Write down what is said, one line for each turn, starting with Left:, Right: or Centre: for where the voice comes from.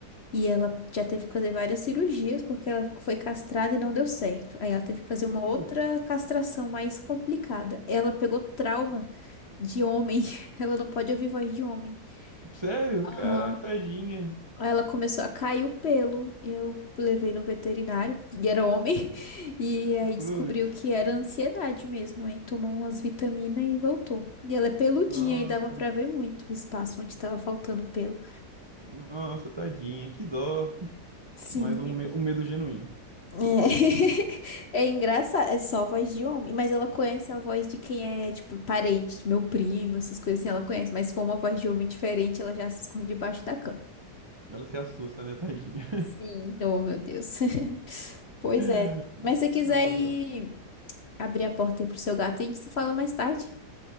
Left: E ela já teve que fazer várias cirurgias porque ela foi castrada e não deu certo. Aí ela teve que fazer
Right: Putz,
Left: uma outra castração mais complicada. Ela pegou trauma de homem. <laughs> Ela não pode ouvir voz de homem.
Right: sério?
Left: Aham.
Right: Caraca, tadinha.
Left: Aí ela começou a cair o pelo. Eu levei no veterinário, e era homem. <laughs> E aí
Right: Putz,
Left: descobriu que era ansiedade mesmo. Aí tomou umas vitaminas e voltou. E ela é peludinha
Right: nossa,
Left: e dava pra ver muito o espaço onde tava faltando pelo.
Right: nossa, tadinha, que dó.
Left: Sim.
Right: Mas um, me- um medo genuíno.
Left: É, <laughs> é engraçado, é só a voz de homem, mas ela conhece a voz de quem é, tipo, parente, de meu primo, essas coisas assim, ela conhece, mas se for uma voz de homem diferente, ela já se esconde debaixo da cama.
Right: Ela se assusta, né, tadinha?
Left: Sim. Oh, meu Deus. <laughs> Pois é.
Right: <laughs> Dá
Left: Mas se você quiser
Right: dá mó
Left: ir
Right: dó.
Left: abrir a porta aí pro seu gato, a gente se fala mais tarde.